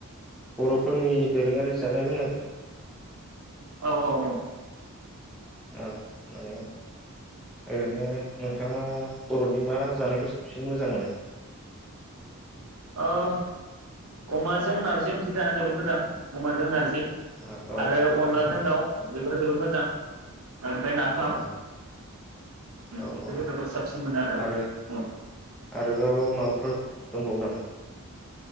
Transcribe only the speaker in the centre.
बर'फोरनि दोरोङारि जानाय लोंनाय
औ माने ओरैनो नोंथाङा बर'नि मा जानायखौ साबसिन मोजां मोनो?
औ औ
औ
औ
नंगौ
औ औ
औ
आरो
आरोबाव माबाफोर दंबावो नामा?